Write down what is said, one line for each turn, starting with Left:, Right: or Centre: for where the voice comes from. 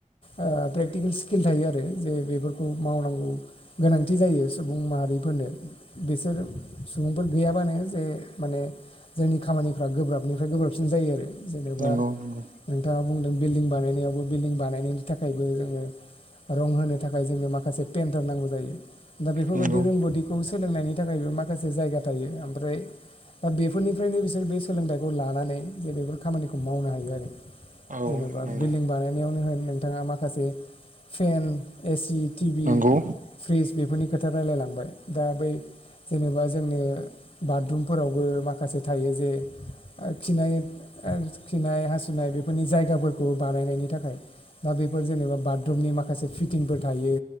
Left: ओ प्रेग टिकेल स्किल थायो आरो जे बेफोरखौ मावनांगौ गोनांथि जायो सुबुं माहारिफोरनो। बिसोर सुबुंफोर गैयाबानो जे माने जोंनि खामानिफ्रा गोब्राबनिफ्राय गोब्राबसिन जायो आरो। जेनोबा
Right: नंगौ नंगौ
Left: नोंथाङा बुंदों बिल्डिं बानायनायावबो बिल्डिं बानायनायनि थाखायबो जोङो रं होनो थाखाय जोंनो माखासे पेन्टार नांगौ जायो। दा बेफोरबायदि
Right: नंगौ
Left: रोंगौथिखौ सोलोंनायनि थाखायबो माखासे जायगा थायो ओमफ्राय दा बेफोरनिफ्रायनो बिसोर बे सोलोंथाइखौ लानानै जे बेफोर खामानिखौ मावनो हायो आरो।
Right: औ
Left: जेन'बा
Right: नंगौ
Left: बिल्डिं बानायनायावनो होन नोंथाङा माखासे फेन एसि टिभि
Right: नंगौ
Left: फ्रिज बेफोरनि खोथा रायलायलांबाय दा बै जेनोबा जोंनो बाथरुमफोरावबो माखासे थायो जे ओ खिनाय ओ खिनाय हासुनाय बेफोरनि जायगाफोरखौबो बानायनायनि थाखाय दा बेफोर जेनोबा बाट रुमनि माखासे फिटिंफोर थायो